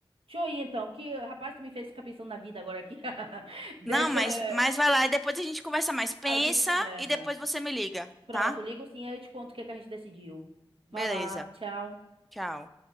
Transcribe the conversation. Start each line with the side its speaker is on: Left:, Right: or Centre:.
Right: Deixa eu ir então, que rapaz, tu me fez ficar pensando na vida agora aqui. <laughs> Deixa
Centre: não, mas,
Right: é,
Centre: mas vai lá e depois a gente conversa mais. Pensa
Right: a gente conversa.
Centre: e depois você me liga,
Right: Pronto,
Centre: tá?
Right: ligo sim, aí eu te conto o que é que a gente decidiu. Vá
Centre: Beleza.
Right: lá, tchau.
Centre: Tchau.